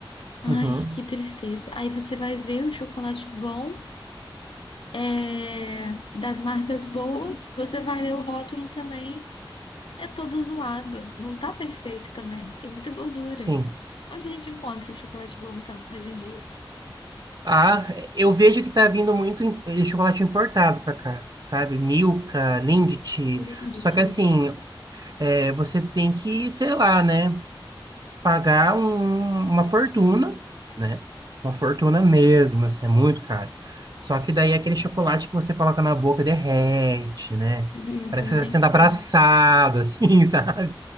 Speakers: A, on the left; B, on the right.
A: Ai,
B: Uhum.
A: que tristeza. Aí você vai ver o chocolate bom, é, das marcas boas, você vai ler o rótulo também, é todo zoado. Não tá perfeito também, tem muita gordura.
B: Sim.
A: Onde a gente encontra o chocolate bom, então, hoje em dia?
B: Ah, eu vejo que tá vindo muito im- eh, chocolate importado pra cá, sabe? Milka, Lindt.
A: Linde,
B: Só
A: tia.
B: que assim, eh, você tem que, sei lá, né? Pagar um- uma fortuna, né? Uma fortuna mesmo, assim, é muito caro. Só que daí é aquele chocolate que você coloca na boca e derrete, né?
A: É,
B: Parece
A: como
B: que você
A: tem
B: está sendo
A: que ser.
B: abraçado, <laughs> assim, sabe?